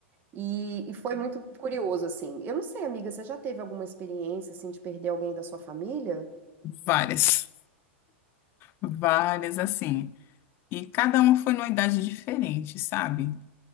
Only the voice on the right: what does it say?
E, e foi muito curioso, assim. Eu não sei, amiga, você já teve alguma experiência, assim, de perder alguém da sua família?